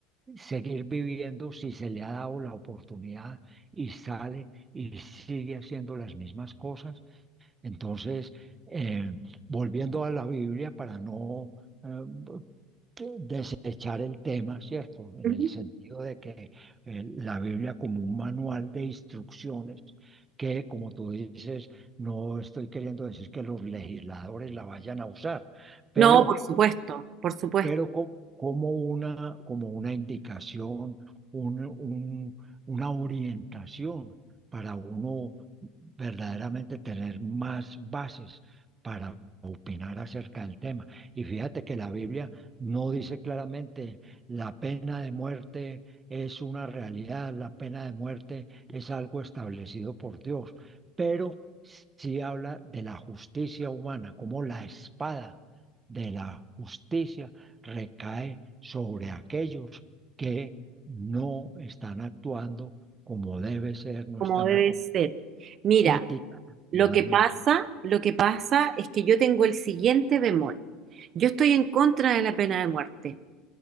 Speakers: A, on the right; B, on the right.
A: seguir viviendo si se le ha dado la oportunidad y sale y sigue haciendo las mismas cosas. Entonces, eh, volviendo a la Biblia para no eh, de- desechar el tema, ¿cierto? En
B: ujú.
A: el sentido de que eh, la Biblia como un manual de instrucciones. que como tú dices, no estoy queriendo decir que los legisladores la vayan a usar, pero
B: No, por supuesto, por supuesto,
A: pero co- como una, como una indicación, un- un- una orientación para uno verdaderamente tener más bases para opinar acerca del tema. Y fíjate que la Biblia no dice claramente la pena de muerte es una realidad, la pena de muerte es algo establecido por Dios, pero sí habla de la justicia humana, como la espada de la justicia recae sobre aquellos que no están actuando como debe ser, no
B: como
A: están
B: debe
A: acu-
B: ser. Mira,
A: Ética,
B: lo
A: realmente
B: que pasa, lo que pasa es que yo tengo el siguiente bemol. Yo estoy en contra de la pena de muerte.